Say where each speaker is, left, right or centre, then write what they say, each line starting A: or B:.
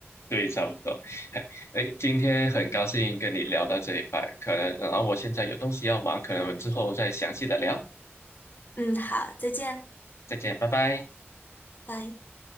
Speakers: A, on the left; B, on the left.
A: 对，差不多。<laughs> 哎，今天很高兴跟你聊到这一块，可能然后我现在有东西要忙，可能我们之后再详细的聊，
B: 嗯，好，再见。
A: 再见，拜拜。
B: 拜。